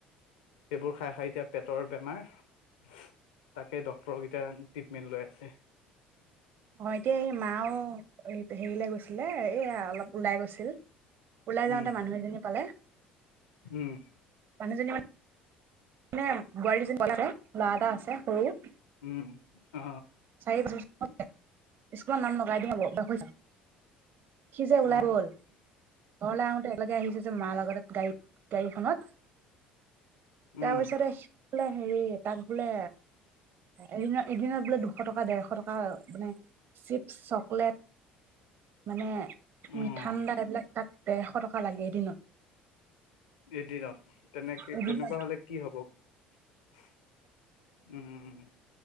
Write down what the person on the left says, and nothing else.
সেইবোৰ খাই খাই এতিয়া পেটৰ বেমাৰ তাকে ডক্তৰকেইতিয়া ট্ৰিটমেণ্ট লৈ আছে
উম
উম
উম অ
অ
উম
উম
এদিনত তেনেকে
তেনেকুৱা হলে কি হব উম